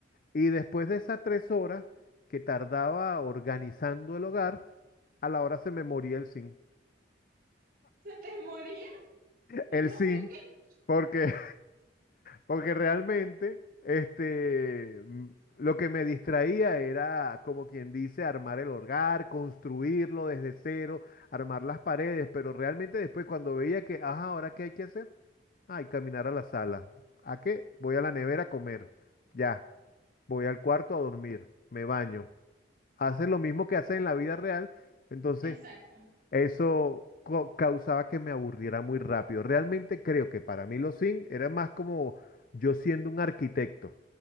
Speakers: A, on the left; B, on the right.
A: Y después de esas tres horas que tardaba organizando el hogar, a la hora se me moría el zinc.
B: ¿Se te moría? <laughs>
A: El zinc, porque Porque realmente, este, mm, lo que me distraía era, como quien dice, armar el hogar, construirlo desde cero, armar las paredes, pero realmente después cuando veía que, ajá, ¿ahora qué hay que hacer? Ay, caminar a la sala. ¿A qué? Voy a la nevera a comer. Ya, voy al cuarto a dormir, me baño. Haces lo mismo que haces en la vida real, entonces
B: Exacto.
A: eso co- causaba que me aburriera muy rápido. Realmente creo que para mí los Sims era más como yo siendo un arquitecto,